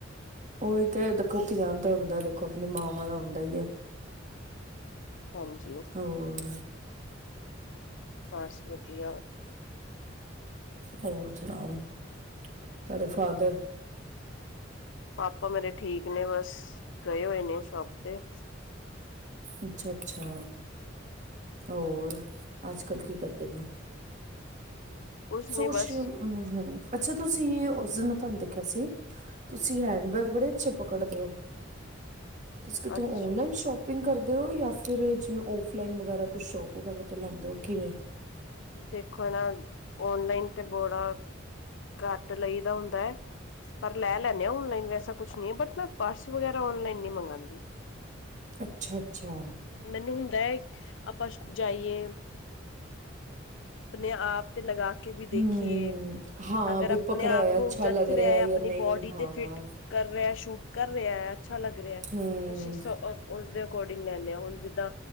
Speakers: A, on the right; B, on the left.
A: ਓਈ ਤੇ ਦੇਖੋ ਧੀਆਂ ਨੂੰ ਤਾਂ ਹੁੰਦਾ ਦੇਖੋ ਆਪਣੀ ਮਾਵਾਂ ਦਾ ਹੁੰਦਾ ਈ ਐ।
B: ਹਾਂਜੀ
A: ਹੋਰ
B: ਬਸ ਵਧੀਆ।
A: ਹੋਰ ਸੁਣਾਓ ਤਾਡੇ ਫਾਦਰ।
B: ਪਾਪਾ ਮੇਰੇ ਠੀਕ ਨੇ ਬਸ ਗਏ ਹੋਏ ਨੇ ਓ ਸ਼ੋਪ ਤੇ।
A: ਅੱਛਾ ਅੱਛਾ ਹੋਰ ਅੱਜ ਕੱਲ੍ਹ ਕੀ ਕਰਦੇ ਪਏ ਓ।
B: ਕੁਛ
A: ਸੋਚ
B: ਨੀ ਬਸ
A: ਰੀ ਉ ਹੂੰ ਅੱਛਾ ਤੁਸੀਂ ਓਸ ਦਿਨ ਮੈਂ ਤੁਆਨੂੰ ਦੇਖਿਆ ਸੀ ਤੁਸੀਂ ਹੈਂਡਜ਼ ਬੈੈਗ ਬੜੇ ਅੱਛੇ ਪਕੜਦੇ ਓ। ਤੁਸੀਂ ਕਿੱਥੋਂ
B: ਅੱਛ
A: ਔਨਲਾਈਨ ਸ਼ੋਪ ਪਿੰਗ ਕਰਦੇ ਓ, ਜਾਂ ਫਿਰ ਜਿਵੇਂ ਔਫਲਾਈਨ ਵਗੈਰਾ ਕੁਛ ਸ਼ੋਪ ਵਗੈਰਾ ਤੋਂ ਲੈਂਦੇ ਓ ਕਿਵੇਂ।
B: ਦੇਖੋ ਨਾ ਔਨਲਾਈਨ ਤੇ ਬੜਾ ਘੱਟ ਲਈ ਦਾ ਹੁੰਦਾ ਐ। ਪਰ ਲੈ ਲੈਨੇ ਆ ਔਨਲਾਈਨ ਵੈਸਾ ਕੁਛ ਨੀ ਏ, ਬਟ ਮੈਂ ਪਰਸ ਵਗੈਰਾ ਔਨਲਾਈਨ ਨਈ ਮਗਾਂਦੀ।
A: ਅੱਛਾ ਅੱਛਾ।
B: ਮੈਨੂੰ ਹੁੰਦਾ ਐ ਆਪਾਂ ਛਅ ਜਾਈਏ। ਆਪਣੇ ਆਪ ਤੇ ਲਗਾ ਕੇ ਵੀ ਦੇਖੀਏ,
A: ਹਮ ਹਾਂ
B: ਅਗਰ
A: ਬਈ
B: ਆਪਣੇ
A: ਪਕੜਿਆ
B: ਆਪ
A: ਹੋਇਆ
B: ਨੂੰ
A: ਅੱਛਾ
B: ਜੱਚ
A: ਲੱਗ
B: ਰਿਆ
A: ਰਿਹਾ
B: ਜਾਂ ਆਪਣੀ
A: ਨਹੀਂ
B: ਬੋਡੀ ਤੇ ਫਿਟ
A: ਹਾਂ
B: ਕਰ ਰਿਆ ਸ਼ੂਟ ਕਰ ਰਿਆ ਐ ਅੱਛਾ ਲੱਗ ਰਿਆ,
A: ਹਮ
B: ਅਸੀਂ ਸ ਉਸਦੇ ਅਕੋਰਡਿੰਗ ਲੈਂਣੇ ਆਂ ਹੁਣ। ਜਿਦਾ